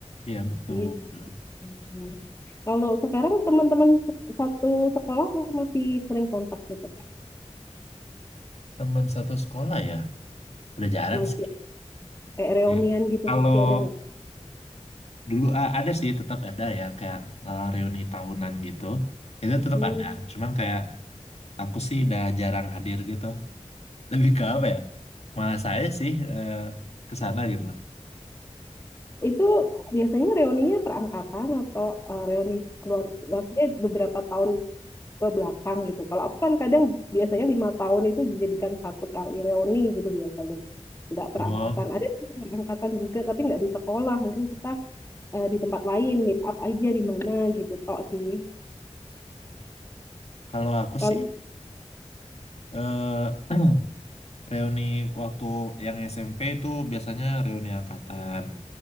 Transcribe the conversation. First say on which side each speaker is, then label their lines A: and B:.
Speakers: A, on the left; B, on the left.
A: Iya betul.
B: Gitu. Benar. Kalau sekarang teman-teman se- satu sekolah masih sering kontak gitu kan,
A: Teman satu sekolah ya, udah jarang
B: masih
A: sih.
B: eh, reunian
A: Iya.
B: gitu
A: Kalau
B: masih ada nggak?
A: dulu a- ada sih, tetap ada ya kayak eh, reuni tahunan gitu. Itu tetap
B: Hmm.
A: ada, cuman kayak aku sih udah jarang hadir gitu. lebih ke apa ya? Malah saya sih eh, ke sana gitu loh.
B: Itu biasanya reuninya perangkatan atau eh, reuni keluar, maksudnya beberapa tahun ke belakang gitu. Kalau aku kan kadang biasanya lima tahun itu dijadikan satu kali reuni gitu biasanya. nggak perangkatan
A: Oh,
B: ada sih perangkatan juga tapi nggak di sekolah mungkin kita eh, di tempat lain meet up aja di mana gitu tok sih
A: kalau aku
B: kalau
A: sih eh <clears throat> reuni waktu yang SMP itu biasanya reuni angkatan.